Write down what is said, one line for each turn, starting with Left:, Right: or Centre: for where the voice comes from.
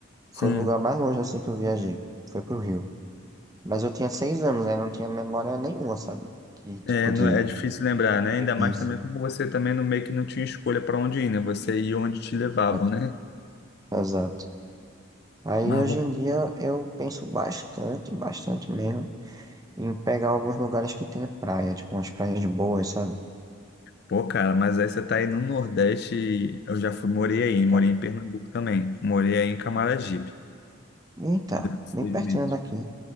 Left: Sim.
Right: foi o lugar mais longe assim que eu viajei, foi pro Rio. Mas eu tinha seis anos, aí não tinha memória nenhuma, sabe? De tipo
Left: É,
Right: de
Left: não, é difícil lembrar,
Right: de
Left: né?
Right: violência.
Left: Ainda mais também como você também no meio que não tinha escolha para onde ir, né? Você ia onde te levavam,
Right: Exato,
Left: né?
Right: exato. Aí
Left: Mas
Right: hoje
Left: vamos...
Right: em dia eu penso bastante, bastante mesmo, em pegar alguns lugares que tem praia, tipo umas praias boas, sabe?
Left: Pô, cara, mas aí você tá aí no Nordeste, e eu já fui, morei
Right: Exatamente.
Left: aí, morei em Pernambuco também, morei aí em Camaragibe,
Right: Eita,
Left: durante
Right: bem
Left: seis
Right: pertinho
Left: meses.
Right: daqui.